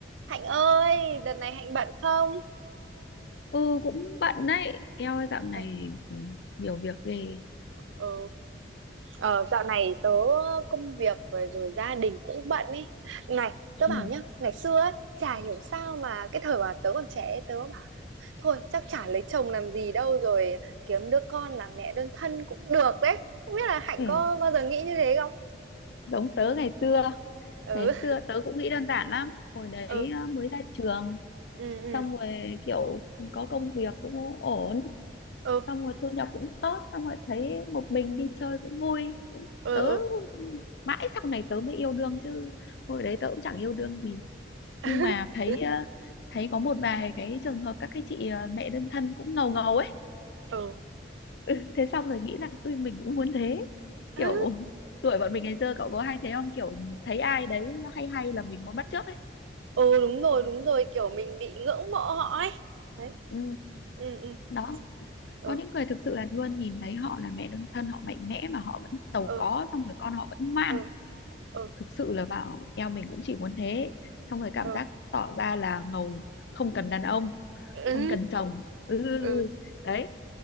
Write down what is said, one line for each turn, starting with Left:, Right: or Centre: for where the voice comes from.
Right: Hạnh ơi, đợt này Hạnh bận không?
Left: ừ cũng bận đấy eo ơi dạo này
Right: Ờ,
Left: nhiều việc ghê
Right: ờ, ờ, dạo này tớ công việc rồi, rồi gia đình cũng bận ý. Này, tớ
Left: ừ.
Right: bảo nhá, ngày xưa ấy, chả hiểu sao mà cái thời mà tớ còn trẻ ấy, tớ bảo thôi chắc chả lấy chồng làm gì đâu rồi kiếm đứa con làm mẹ đơn thân cũng được đấy. Không biết là Hạnh
Left: Ừ,
Right: có bao giờ nghĩ như thế không?
Left: giống tớ ngày xưa,
Right: Ừ,
Left: ngày xưa tớ cũng nghĩ đơn giản lắm hồi đấy
Right: ừ,
Left: à, mới ra trường
Right: ừ,
Left: xong rồi kiểu có công việc cũng ổn
Right: ừ,
Left: xong rồi thu nhập cũng tốt xong rồi thấy một mình đi chơi cũng vui cũng
Right: ừ,
Left: tớ
Right: ừ, ừ,
Left: mãi sau này tớ mới yêu đương chứ hồi đấy tớ cũng chẳng yêu đương gì
Right: <laughs>
Left: nhưng mà thấy à, thấy có một vài cái trường hợp các cái chị à, mẹ đơn thân cũng ngầu ngầu ấy
Right: ừ.
Left: ừ, thế xong rồi nghĩ rằng ui mình cũng muốn thế
Right: À,
Left: kiểu tuổi bọn mình ngày xưa cậu có hay thế không kiểu thấy ai đấy hay hay là mình muốn bắt chước ấy
Right: Ừ, đúng rồi, đúng rồi, kiểu mình bị ngưỡng mộ họ ấy. Đấy.
Left: ừ
Right: Ừ, ừ,
Left: đó
Right: ừ,
Left: có những người thực sự là luôn nhìn thấy họ là mẹ đơn thân họ mạnh mẽ mà họ vẫn giàu
Right: ừ,
Left: có xong rồi con họ vẫn ngoan
Right: ừ. ừ.
Left: thực sự là bảo eo mình cũng chỉ muốn thế xong rồi cảm
Right: ừ
Left: giác tỏ ra là ngầu không cần đàn ông
Right: ừ
Left: không cần chồng ừ ừ,
Right: ừ
Left: ừ. đấy